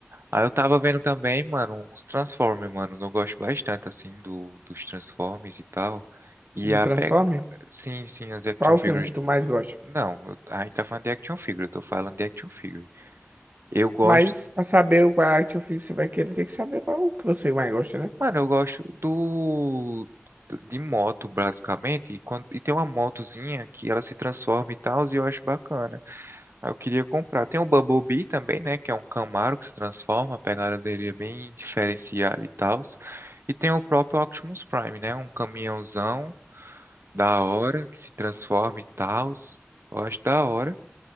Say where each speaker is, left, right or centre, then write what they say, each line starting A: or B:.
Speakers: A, on the right (about 60°); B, on the right (about 45°).
A: Aí eu tava vendo também, mano, uns Transformers, mano. Eu gosto bastante, assim, do, dos Transformers e tal. E
B: Do
A: a
B: Transformer?
A: pe... Sim, sim, as action
B: Qual o
A: figures.
B: filme que tu mais gosta?
A: Não, eu... aí tá falando de action figure, eu tô falando de action figure. Eu gosto
B: Mas pra saber qual é a action figure que você vai querer, tem que saber qual que você mais gosta, né?
A: Mano, eu gosto do de moto, basicamente, e, quando- e tem uma motozinha que ela se transforma e tal, e eu acho bacana. Aí eu queria comprar. Tem o Bumblebee também, né, que é um Camaro que se transforma, a pegada dele é bem diferenciada e tal. E tem o próprio Optimus Prime, né, um caminhãozão da hora que se transforma e tal. Eu acho da hora.